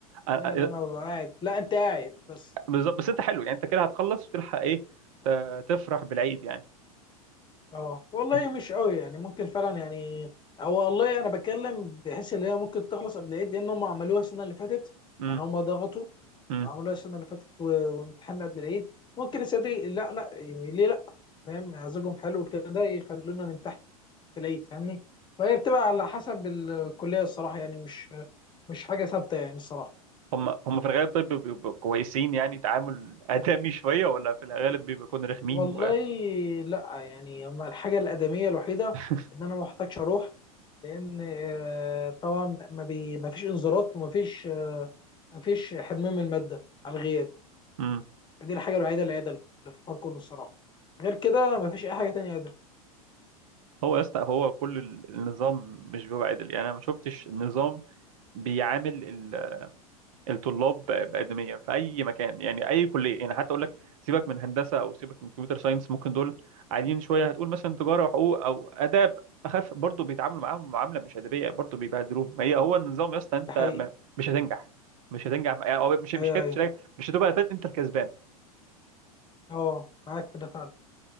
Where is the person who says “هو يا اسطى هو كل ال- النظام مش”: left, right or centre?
Right